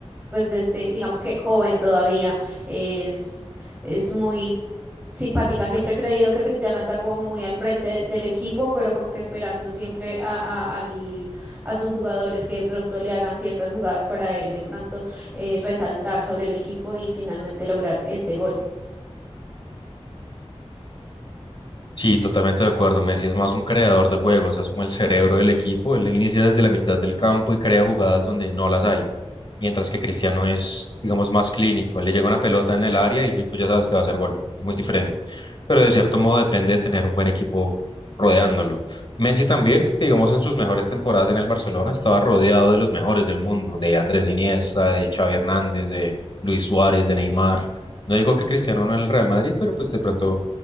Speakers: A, on the right; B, on the left.
A: pues de este, digamos que joven todavía es es muy simpática. Siempre he creído que Cristiano está como muy al frente del equipo, pero como que esperando siempre a, a- al- a sus jugadores que de pronto le hagan ciertas jugadas para él de pronto eh, resaltar sobre el equipo y finalmente lograr este gol.
B: Sí, totalmente de acuerdo. Messi es más un creador de juegos, es como el cerebro del equipo. Él inicia desde la mitad del campo y crea jugadas donde no las hay. mientras que Cristiano es, digamos, más clínico. Él le llega una pelota en el área y tú ya sabes que va a hacer gol. Es muy diferente. Pero de cierto modo depende de tener un buen equipo rodeándolo. Messi también, que digamos en sus mejores temporadas en el Barcelona, estaba rodeado de los mejores del mundo, de Andrés Iniesta, de Xavi Hernández, de Luis Suárez, de Neymar. No digo que Cristiano no en el Real Madrid, pero pues de pronto